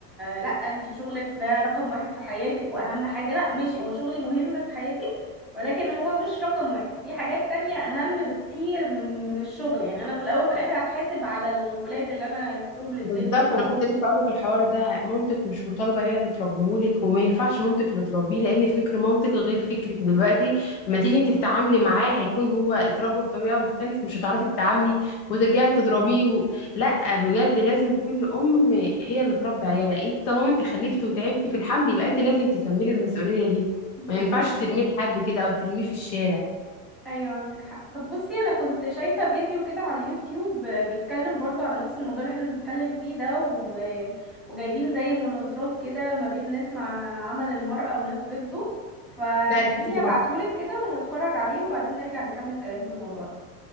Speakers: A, in the centre; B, on the left.
A: لا انت شغلك ده رقم واحد في حياتك واهم حاجه لا ماشي هو شغلي مهم في حياتي ولكن هو مش رقم واحد في حاجات تانية اهم بكتير من من الشغل يعني انا في الاول وفي الاخر هتحاسب على الولاد اللي انا جبتهم للدنيا
B: بالظبط
A: دول
B: انا كنت لسه اقول لك الحوار ده مامتك مش مطالبه هي اللي تربيهولك وما ينفعش مامتك اللي تربيه لان فكر مامتك غير فكرك دلوقتي لما تيجي انت تتعاملي معاه هيكون هو اتربى بطريقه مختلفه مش هتعرفي تتعاملي وترجعي تضربيه و... لا بجد لازم كل ام هي اللي تربي عيالها انت طالما انت خلفتي وتعبتي في الحمل يبقى انت لازم تكملي المسؤوليه دي
A: بالظبط
B: ما ينفعش ترميه لحد كده او ترميه في الشارع
A: ايوه عندك حق طب بصي انا كنت شايفه فيديو كده على اليوتيوب آه، بيتكلم برضو على نفس الموضوع اللي احنا بنتكلم فيه ده و... وجايبين زي مناظرات كده ما بين ناس مع عمل المرأة وناس ضده فخليني
B: لا ده انت تبقى
A: ابعتهولك كده ونتفرج عليه وبعدين نرجع نكمل كلام في الموضوع ده